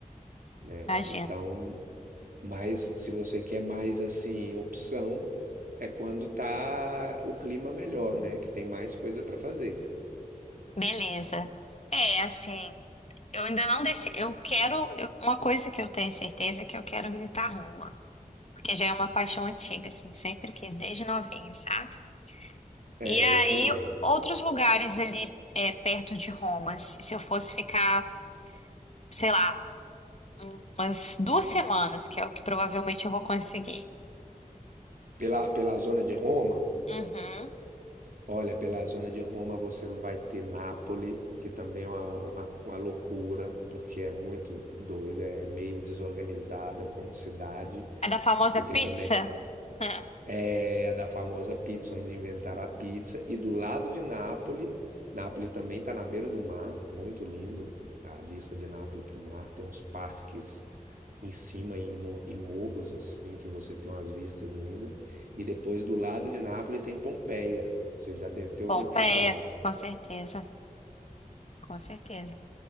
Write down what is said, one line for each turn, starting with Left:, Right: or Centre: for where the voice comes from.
Right: né?
Left: Imagina.
Right: Então, mas se você quer mais assim, opção, é quando tá o clima melhor, né? Que tem mais coisa para fazer.
Left: Beleza. É, assim, eu ainda não decidi. Eu quero. eu- uma coisa que eu tenho certeza é que eu quero visitar Roma. porque já é uma paixão antiga, assim, sempre quis, desde novinha, sabe?
Right: É,
Left: E aí,
Right: eu também.
Left: outros lugares ali é, perto de Roma, se se eu fosse ficar, sei lá, umas duas semanas, que é o que provavelmente eu vou conseguir.
Right: Pela, pela zona de Roma.
Left: Uhum.
Right: Olha, pela zona de Roma você vai ter Nápoles, que também é uma, uma, uma loucura, porque é muito doida, é meio desorganizada como cidade,
Left: É da famosa
Right: porque
Left: pizza?
Right: também
Left: <laughs>
Right: é a da famosa pizza, onde inventaram a pizza. E do lado de Nápoles, Nápoles também está na beira do mar, muito lindo a vista de Nápoles para o mar. Tem uns parques em cima, em, mo- em morros, assim, que você tem umas vistas lindas. E depois do lado de Nápoles tem Pompeia. Você já deve ter ouvido
Left: Pompeia,
Right: falar, né?
Left: com certeza, com certeza.